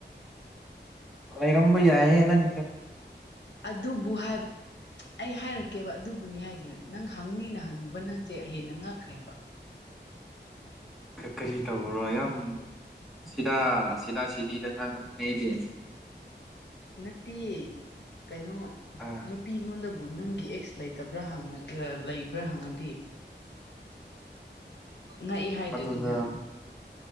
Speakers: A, in the centre; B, on the left (about 70°).
A: ꯂꯩꯔꯝꯕ ꯌꯥꯏꯍꯦ ꯅꯪ
B: ꯑꯗꯨꯕꯨ ꯑꯩ ꯍꯥꯏꯔꯛꯀꯦꯕ ꯑꯗꯨꯕꯨꯅꯤ ꯍꯥꯏꯁꯦ ꯅꯪ ꯍꯪꯅꯤꯅ ꯍꯪꯉꯤꯕ ꯅꯪꯁꯦ ꯍꯦꯟꯅ ꯉꯛꯈ꯭ꯔꯦꯕ
A: ꯀꯔꯤ ꯇꯣ ꯌꯥꯝ ꯁꯤꯗ ꯁꯤꯗ ꯁꯤꯗꯤꯗ ꯉꯥꯡꯉꯅꯦ ꯑꯩꯗꯤ
B: ꯅꯠꯇꯦ ꯀꯩꯅꯣ
A: ꯑꯥ
B: ꯅꯨꯄꯤꯉꯣꯟꯗ ꯅꯪꯒꯤ ꯑꯦꯛꯁ ꯂꯩꯇꯕ꯭ꯔꯥ ꯂꯩꯕ꯭ꯔꯥ ꯍꯪꯉꯗꯤ ꯉꯛꯏ ꯍꯥꯏꯗꯨꯗꯤꯅꯪ
A: ꯑꯗꯨꯗ